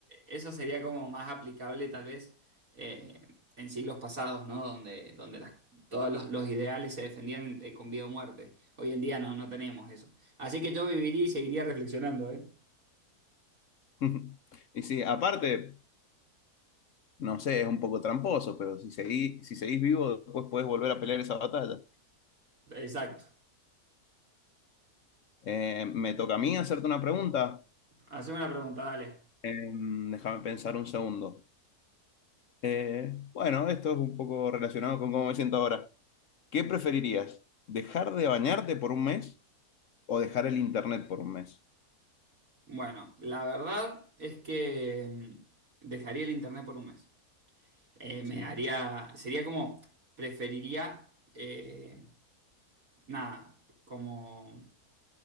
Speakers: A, on the right; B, on the left.
A: eso sería como más aplicable tal vez eh, en siglos pasados, ¿no? Donde, donde las- todos los, los ideales se defendían eh, con vida o muerte. Hoy en día no, no tenemos eso. Así que yo viviría y seguiría reflexionando, ¿eh?
B: <laughs> Y sí, aparte, no sé, es un poco tramposo, pero si seguís, si seguís vivo, después puedes volver a pelear esa batalla.
A: Exacto.
B: Eh, me toca a mí hacerte una pregunta.
A: Haceme una pregunta, dale.
B: Em, déjame pensar un segundo. Eh, bueno, esto es un poco relacionado con cómo me siento ahora. ¿Qué preferirías? ¿Dejar de bañarte por un mes? o dejar el internet por un mes.
A: Bueno, la verdad es que mm, dejaría el internet por un mes. Eh,
B: Sí.
A: me haría, sería como, preferiría, eh, nada, como...